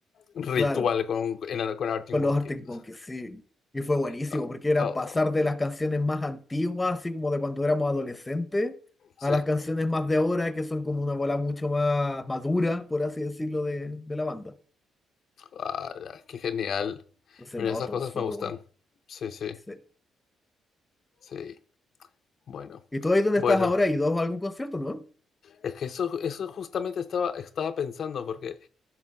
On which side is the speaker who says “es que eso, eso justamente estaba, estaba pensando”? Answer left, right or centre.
Left